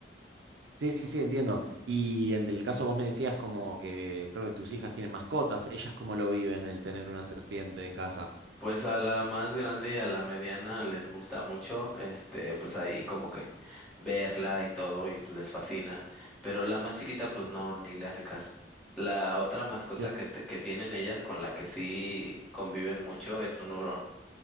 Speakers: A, on the right (about 70°); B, in the centre.
A: Sí, sí, entiendo. Y en el caso vos me decías como que creo que tus hijas tienen mascotas, ellas cómo lo viven el tener una serpiente en casa.
B: Pues a la más grande y a la mediana les gusta mucho, este, pues ahí como que verla y todo y pues les fascina, pero la más chiquita pues no, ni le hace caso. La otra mascota
A: Claro,
B: que, te- que tienen ellas con la que sí conviven mucho es un hurón.